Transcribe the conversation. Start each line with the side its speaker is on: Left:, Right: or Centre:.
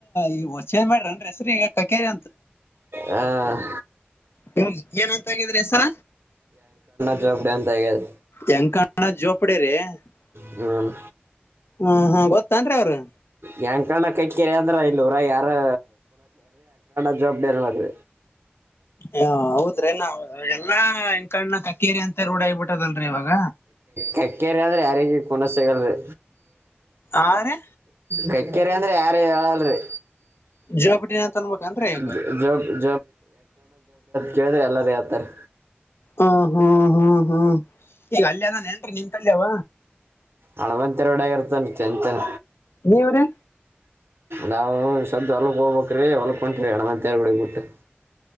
Left: ಇವ್ ಚೇಂಜ್ ಮಾಡ್ರನ್ರಿ ಹೆಸರು ಈಗ ಕಕೇರಿ
Right: ಹ
Left: ಹ ಏನಂತಗಿದ್ರಿ ಹೆಸರ
Right: <unintelligible> ಅಂತ ಆಗಿದೆ
Left: ಯಂಕಣ್ಣ <unintelligible>
Right: ಹ್ಮ್
Left: ಹಾ ಹಾ ಗೊತ್ತನ್ರಿ ಅವ್ರರು
Right: ಯಂಕಣ ಕಕ್ಕೇರಿ ಅಂದ್ರ ಇಲ್ಲಿ ಊರಾಗ ಯಾರೋ <unintelligible>
Left: ಹ ಹೌದ್ರೆ ನಾವ ಎಲ್ಲಾ ಯಂಕಣ್ಣ ಕಕೇರಿ ಅಂತ ರೂಢ ಆಗ್ಬಿಟ್ಟದಲ್ರಿ ಇವಾಗ
Right: ಕಕ್ಕೇರೆ ಅ ಆದ್ರೆ ಯಾರಿಗೆನ ಗಲ್ರಿ
Left: ಆ ರೀ
Right: ಕಕ್ಕೆೇರಿ ಅಂದ್ರೆ ಯಾರ ಹೇಳಲ್ರಿ
Left: ಜೋಪಡಿನ ಅಂತ ಅನ್ಬೇಕನ್ರಿ
Right: <unintelligible>
Left: ಈಗ
Right: ಕೇಳಿದ್ರೆ ಎಲ್ಲಾರ ಹೇಳ್ತಾರೆ
Left: ಹ್ಮ್ ಹ್ಮ್ ಹ್ಮ್ ಹ್ಮ್ ಈಗ ಅಲ್ಲಿಯ ಅದನ್ ನ್ರಿ ನಿಮ್ಮಲ್ಲಿ ಅವ
Right: ಹಣವಂತರ ಒಡಗ ಇರ್ತನ್ ಚಂತಾನ
Left: ನೀವು ರೀ
Right: ನಾವು ಸದ್ದ ಹೊಲ್ಕ್ ಹೋಗ್ಬೇಕ್ರೀ ಹೊಲ್ ಹೊಂಟ್ರೀ ಅಣಮಂತರ್ಗಳಗ್ಬಿಟ್ಟು